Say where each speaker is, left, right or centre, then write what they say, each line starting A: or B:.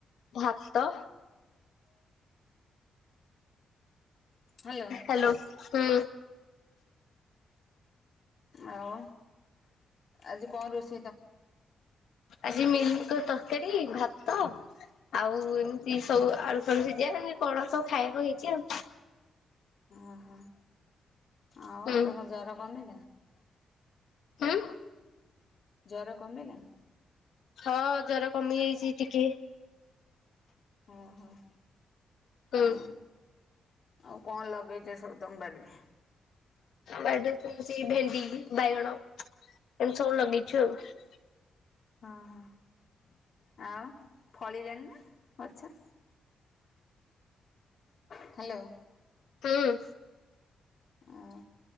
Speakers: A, on the left; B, on the left.
A: ଭାତ।
B: ହ୍ୟାଲୋ
A: ହାଲୋ ହଁ।
B: ଆଁ ଆଉ ଆଜି କଣ ରୋଷେ
A: ଆଜି ମିଲମିକର ତରକାରୀ, ଭାତ ଆଉ ଏମିତି ସବୁ ଆଳୁ ଫାଳୁ ସିଜା ଆଉ ଏ କଣ ସବୁ ଖାଇବାକୁ ହେଇଚି ଆଉ।
B: ଅହ ଆଉ
A: ହୁଁ
B: ତମ ଜର କମିଲା?
A: ହୁଁ?
B: ଜର କମିଲା?
A: ହଁ ଜର କମିଯାଇଚି ଟିକେ।
B: ଓହୋଃ
A: ହୁଁ
B: ଆଁ ଆଉ କଣ ଲଗେଇଛ ସବୁ ତମ ବାଡିରେ?
A: ବାଡିରେ ସେଇ ସବୁ ଭେଣ୍ଡି, ବାଇଗଣ ଏମିତି ସବୁ ଲଗେଇଛୁ ଆଉ।
B: ହଁ- ହଁ। ଆଉ ଫଳିଲାଣି ନା ଗଛ? ହ୍ୟାଲୋ।
A: ହୁଁ।
B: ଆଉ